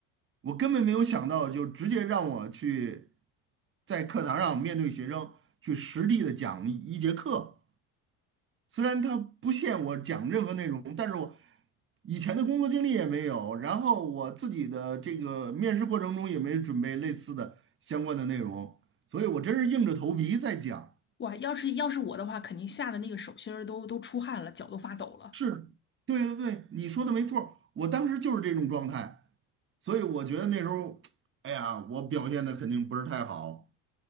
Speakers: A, on the right; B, on the left.
A: 我根本没有想到，就直接让我去在课堂上面对学生去实地的讲一一节课。虽然他不限我讲任何内容，但是我以前的工作经历也没有，然后我自己的这个面试过程中也没准备类似的相关的内容，所以我真是硬着头皮在讲。
B: 哇，要是要是我的话，肯定吓得那个手心儿都都出汗了，脚都发抖了。
A: 是，对对对，你说的没错儿我当时就是这种状态，所以我觉得那时候，哎呀，我表现的肯定不是太好。